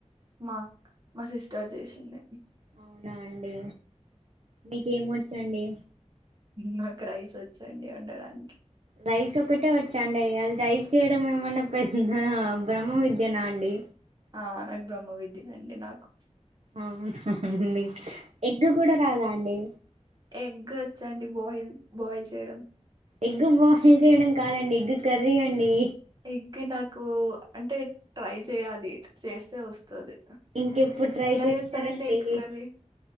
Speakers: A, on the right; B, on the right.
A: మాక్ మా సిస్టర్ జేషింది
B: అవునా అండి మీకేమో చ్చండి
A: నాక్ రైస్ ఒచ్చండి అండడానికి
B: రైస్ ఒక్కటే వచ్చాండి అద్ రైస్ చేయడం ఏమన్నా పెద్ద బ్రహ్మ విద్యనా అండి
A: ఆ నాక్ బ్రహ్మ విద్యేఅండి నాకు
B: అవ్ నా అండి ఎగ్ కూడా రాదా అండి
A: ఎగ్ఓచండి బోయిల్ బాయిల్ చేయడం
B: ఎగ్ బోయిల్ చేయడం కాదండి ఎగ్ కర్రీ అండి
A: ఎగ్ నాకు అంటే ట్రై చేయాలి చేస్తే వస్తది
B: ఇంకెప్పుడు ట్రై
A: ఎలా
B: చేస్సనో
A: చేస్తారండి
B: తెలీద్
A: ఎగ్ కర్రీ